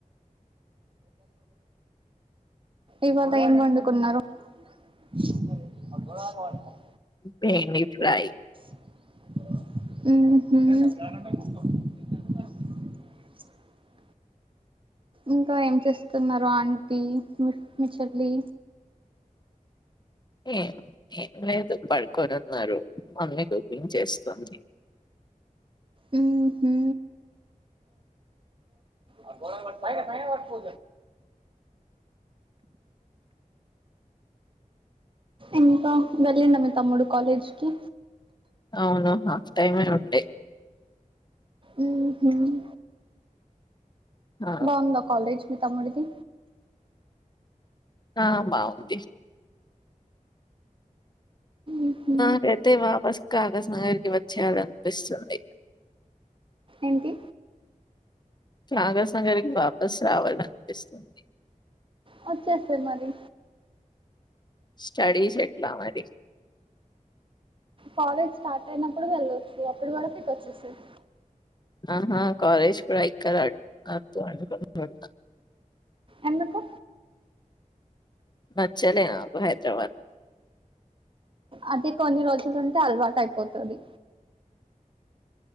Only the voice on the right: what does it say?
ఇవాళ ఏం వండుకున్నారు? <unintelligible>
ఉహు <inaudible> ఇంకా ఏం చేస్తున్నారు ఆంటీ, మీ చెల్లి?
ఉమ్మ్ హు ఆ గోడను పట్టుకో పైన పైన పట్టుకో ఇంకా వెళ్ళండ మీ తమ్ముడు కాలేజ్ కీ
ఉ హుమ్మ్
బాగుందా కాలేజ్ మీ తమ్ముడిది
ఉహు
ఏంటి
వచ్చేసేయ్ మరి
కాలేజ్ స్టార్ట్ అయినప్పుడు వెళ్ళొచ్చు అప్పటివరకు ఇటు వచ్చేసేయ్
ఎందుకు
అది కొన్ని రోజులుంటే అలవాటు అయిపోతాది